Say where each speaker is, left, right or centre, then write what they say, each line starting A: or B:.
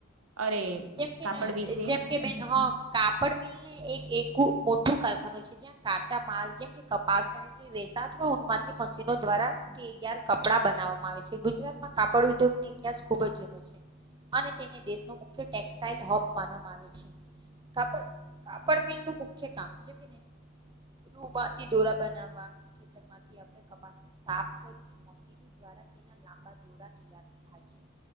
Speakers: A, on the right; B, on the right.
A: અરે
B: જેમકે
A: કાપડ વિશે
B: જેમ કે બેન હ કાપડ મિલ ને એક એકું મોટું કારખાનું છે. જ્યાં કાચા માલ જેમ કે કપાસ અને જે રેસામાંથી મશીનો દ્વારા તૈયાર કપડા બનાવવામાં આવે છે ગુજરાત માં કાપડ ઉદ્યોગ ની ઇતિહાસ ખુબ જ જૂનો છે. અને તેને દેશ નો મુખ્ય ટેક્સાઈલ હબ માનવામાં આવે છે. કાપડ કાપડ મિલ નું મુખ્ય કામ જેમ કેને રૂ મા થી દોરા બનાવવા ખેતરમાં થી આવતા કપાસ સાફ કરીને મશીનો દ્વારા તેના લાંબા જોડા તૈયાર થાય છે